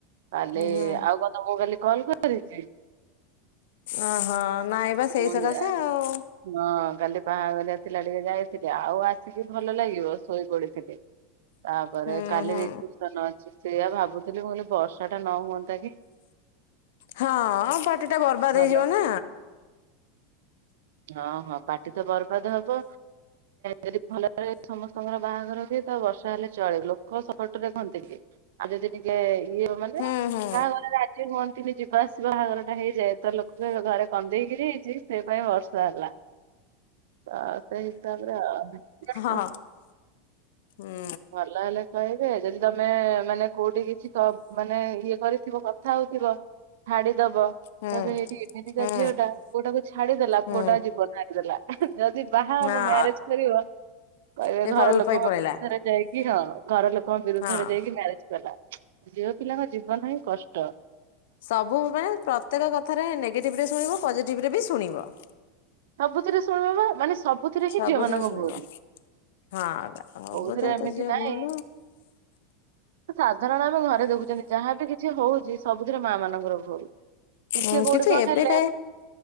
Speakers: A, on the right; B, on the left.
A: କାଲି
B: ହୁଁ ହୁଁ
A: ଆଉ କଣ ତମକୁ କାଲି କଲ କରିଛି।
B: ଓହୋ ନାଇଁବା ସେଇ
A: ମୁଁ
B: ସକାଶେ
A: ଯା-
B: ଆଉ।
A: ହଁ କାଲି ବାହାଘରିଆ ଥିଲା ଟିକେ ଯାଇଥିଲି ଆଉ ଆସିକି ଭଲ ଲାଗିବ ଶୋଇ ପଡିଥିଲି। ତାପରେ
B: ହୁଁ
A: କାଲି
B: ହୁଁ
A: ରିସେପସନ ଅଛି। ସେଇୟା ଭାବୁଥିଲି ମୁଁ କହିଲି ବର୍ଷା ଟା ନ ହୁଅନ୍ତା କି।
B: ହଁ ପାଟି ଟା ବର୍ବାଦ
A: ଭଲ
B: ଦେଇଯିବ ନା।
A: ହଁ ହଁ ପାଟି ତ ବର୍ବାଦ ହବ ଯଦି ଭଲରେ ସମସ୍ତଙ୍କର ବାହାଘର ହୁଏ ତ ବର୍ଷା ହେଲେ ଚଳିବ ଲୋକ ସପଟରେ କହନ୍ତି କି? ଆଉ ଯଦି ଟିକେ ଇଏ ମାନେ
B: ହୁଁ
A: କାହାଘର
B: ହୁଁ
A: ରାଜି ହୁଅନ୍ତିନି ଯିବା ଆସିବା ବାହାଘର ଟା ହେଇଯାଏ ତାହେଲେ ଲୋକ ଘରେ କନ୍ଦେଇକିରି ହେଇଛି ସେ ପାଇଁ ବର୍ଷା ହେଲା ତ ସେ ହିସାବରେ ଆଉ
B: ହଁ ହୁଁ
A: ଭଲ ହେଲେ କହିବେ ଯଦି ତମେ ମାନେ କୋଉଠି କିଛି ମାନେ ଇଏ କରିଥିବ କଥା ହଉଥିବ ଛାଡିଦବ
B: ହୁଁ
A: ତ ଏଇଠି ଏମିତିକା
B: ହୁଁ
A: ଝିଅ ଟା ପୁଅଟାକୁ ଛାଡିଦେଲା।
B: ହୁଁ
A: ପୁଆଟା ଜୀବନ ହାରିଦେଲା ଯଦି ବାହା
B: ହଁ
A: ହବ ମ୍ୟାରେଜ କରିବ। କହିବେ
B: ସେ
A: ଘର
B: ପଲ
A: ଲୋକଙ୍କ
B: ପାଇ ପଳେଇଲା
A: ବିରୁଦ୍ଧରେ ଯାଇକି ହଁ ଘର ଲୋକଙ୍କ ବିରୁଦ୍ଧରେ
B: ହଁ
A: ଯାଇକି ମ୍ୟାରେଜ କଲା। ଝିଅ ପିଲାଙ୍କ ଜୀବନ ହିଁ କଷ୍ଟ।
B: ସବୁ ମାନେ ପ୍ରତ୍ୟକ କଥାରେ ନେଗେଟିଭ ରେ ଶୁଣିବ ପଜିଟିଭରେ ବି ଶୁଣିବ।
A: ସବୁଥିରେ ଶୁଣିବ ମାନେ ସବ ବୁଥିରେ ହିଁ
B: ସବୁଥିରେ
A: ଝିଅ ମାନଙ୍କ
B: ଶୁଣିବ
A: ଭୁଲ
B: ହଁ ସବୁଥିରେ
A: କୋଉଥିରେ ଏମିତି
B: ତ ଝିଅ
A: ନାହିଁ
B: ଭୁଲ
A: ସାଧାରଣ ଆମେ ଘରେ ଦେଖୁଛନ୍ତି ଯାହାବି କିଛି ହଉଛି ସବୁଥିରେ ମା ମାନଙ୍କର ଟିକେ
B: ଆଉ
A: କୋଉଠି
B: କିନ୍ତୁ
A: କଣ
B: ଏବେ
A: ହେଲା।
B: କାଇଁ